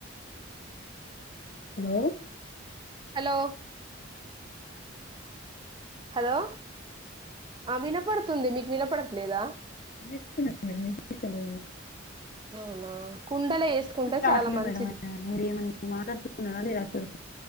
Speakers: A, on the left (about 40°); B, on the right (about 25°).
A: హలో
B: హలో హలో ఆ వినపడుతుంది మీకు వినపడట్లేద
A: <inaudible>
B: అవునా కుండలో వేసుకుంటే
A: రావట్లేదు
B: చాలా మంచిది
A: మేడం మీరు ఏమైన మాట్లాడుతునార లేదా అసలు